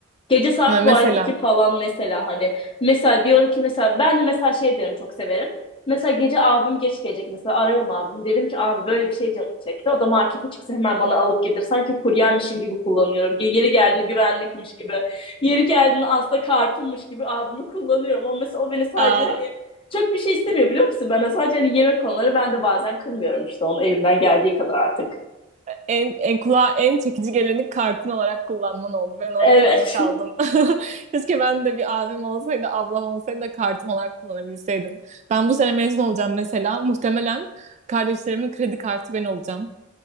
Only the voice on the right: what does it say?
mesela.
Aa.
en, en kulağa en çekici geleni kartın olarak kullanman oldu. Ben
orada takılı kaldım.
<laughs> Keşke ben de bir abim olsaydı, ablam olsaydı da kartım olarak kullanabilseydim. Ben bu sene mezun olacağım mesela. Muhtemelen kardeşlerimin kredi kartı ben olacağım.